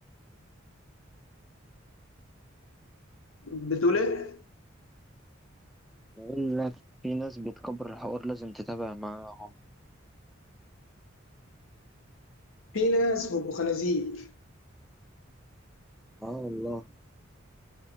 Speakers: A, on the left; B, in the centre.
A: بتقول ايه
B: يقول لك في ناس بتكبر الحوار لازم تتابع معاهم
A: في ناس بيبقوا خنازير
B: آه والله